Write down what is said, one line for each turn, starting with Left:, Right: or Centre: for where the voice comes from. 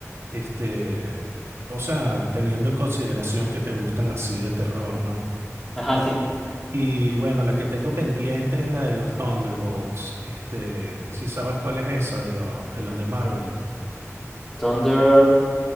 Right: este, o sea, teniendo en consideración que te gustan así de terror, ¿no?
Centre: Ajá,
Right: Este,
Centre: sí.
Right: y bueno, la que tengo pendiente es la de los Thunderbolts. Este, si sabes cuál es esa de los, de los de Marvel.
Centre: Thunderbolts.